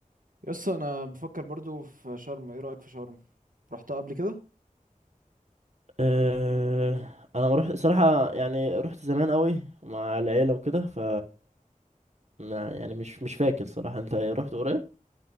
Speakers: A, on the right (about 75°); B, on the right (about 55°).
A: يسطا انا بفكر برضو في شرم ايه رأيك في شرم رحتها قبل كده
B: أه انا ما رحت صراحه يعني رحت زمان قوي مع العيله وكده ف ما يعني مش مش فاكر صراحة انت رحت قريب